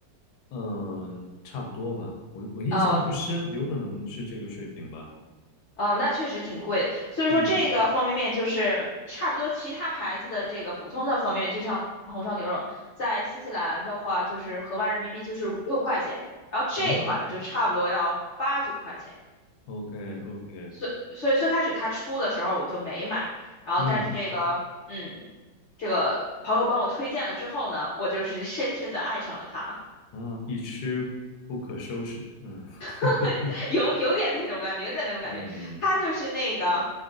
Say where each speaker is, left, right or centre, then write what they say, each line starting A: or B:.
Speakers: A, on the left; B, on the left.
A: 嗯、差不多吧。我我印象不深，
B: 哦，
A: 有可能是这个水平吧。
B: 呃，那确实挺贵的。所以说这个方便面就是差不多其他牌子的这个普通的方便面，
A: 嗯，
B: 就像红烧牛肉，在新西兰的话就是合完人民币就是五六块钱，然后这一款呢就差不多要八九块钱。
A: 好 o k OK，
B: 所所以最开始它出的时候我就没买，然后但是这个嗯，
A: 嗯，
B: 这个朋友帮我推荐了之后呢，我就是深深的爱上了它。
A: 啊，一吃不可收拾，嗯，<laughs>
B: <laughs> 有有点那种感觉，有点那种感觉。
A: 嗯。
B: 它就是那个，